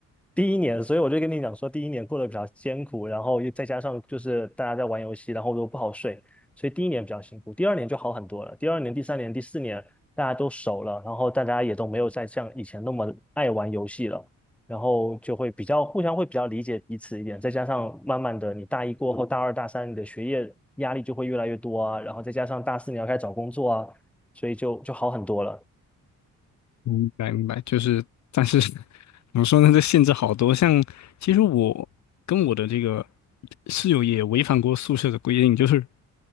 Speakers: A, in the centre; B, on the left.
A: 第一年，所以我就跟你讲说，第一年过得比较艰苦，然后又再加上就是大家在玩游戏，然后又不好睡，所以第一年比较辛苦。第二年就好很多了，第二年、第三年、第四年大家都熟了，然后大家也都没有再像以前那么爱玩游戏了，然后就会比较互相会比较理解彼此一点。再加上慢慢的，你大一过后，大二、大三你的学业压力就会越来越多啊，然后再加上大四你要开始找工作啊，所以就就好很多了。
B: 明白明白，就是，但是 <laughs> 怎么说呢？这限制好多。像其实我跟我的这个室友也违反过宿舍的规定，就是